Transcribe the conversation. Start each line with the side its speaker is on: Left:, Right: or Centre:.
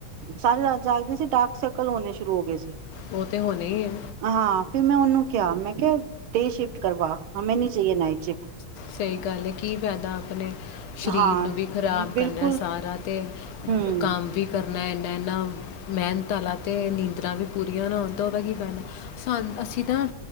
Right: ਸਾਰੇ ਰਾ ਜਾਗਦੇ ਸੀ ਡਾਰਕ ਸਰਕਲ ਹੋਣੇ ਸ਼ੁਰੂ ਹੋ ਗਏ ਸੀ
Left: ਉਹ ਤੇ ਹੋਣਾ ਹੀ ਹੈ
Right: ਹਾਂ ਫਿਰ ਮੈਂ ਉਹਨੂੰ ਕਿਆ ਮੈਂ ਕਿਆ ਤੇੇ ਸ਼ਿਫਟ ਕਰਵਾ ਹੈਂ ਨ ਡੇ ਨਾਈਟ ਚ
Left: ਸਹੀ ਗੱਲ ਹੈ, ਕੀ ਫਾਇਦਾ ਆਪਣੇ ਸਰੀਰ
Right: ਹਾਂ
Left: ਨੂੰ ਵੀ ਖ਼ਰਾਬ
Right: ਬਿਲਕੁਲ
Left: ਕਰਨਾ ਸਾਰਾ ਤੇ
Right: ਹਮ
Left: ਕੰਮ ਵੀ ਕਰਨਾ ਹਨਾ ਮਿਹਨਤਾ ਤੇ ਨੀਂਦਰਾਂ ਵੀ ਪੂਰੀਆਂ ਨਾ ਹੁੰਣ ਤਾਂ ਉਹਦਾ ਕੀ ਪੈਣਾ ਸਾਨ ਅਸੀਂ ਨਾ